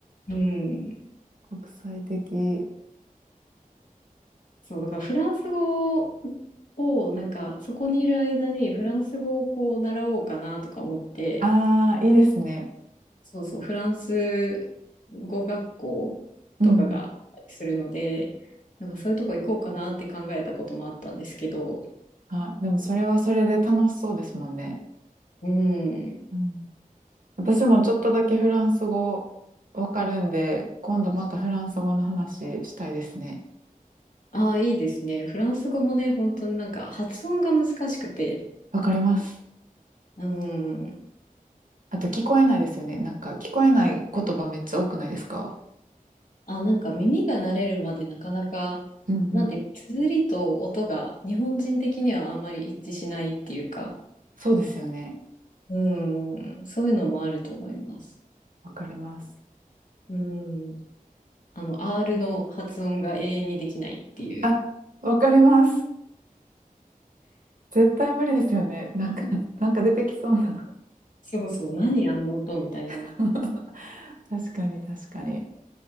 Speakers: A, on the left; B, on the right.
A: うん。
B: 国際的。
A: そう、だからフランス語を、なんか、そこにいる間にフランス語をこう、習おうかなとか思って、
B: ああ、いいですね。
A: そうそう、フランス語学校とかがあったりするので、
B: うんうん。
A: なんかそういうとこ行こうかなって考えたこともあったんですけど、
B: あ、でもそれはそれで楽しそうですもんね。
A: うん。
B: うん私もちょっとだけフランス語わかるんで、今度またフランス語の話したいですね。
A: ああ、いいですね。フランス語もね、本当になんか発音が難しくて、
B: わかります。
A: うん。
B: あと聞こえないですよね。なんか聞こえない言葉めっちゃ多くないですか
A: あ、なんか耳が慣れるまでなかなか、
B: うんうん。
A: なんて、綴りと音が日本人的にはあんまり一致しないっていうか、
B: そうですよね。
A: うん、そういうのもあると思います。
B: わかります。
A: うん、あの、R の発音が永遠にできないっていう。
B: あ、わかります。絶対無理ですよね。なんか、なんか出てきそうな。
A: そうそう、何あの音みたいな。
B: <laughs> 確かに確かに。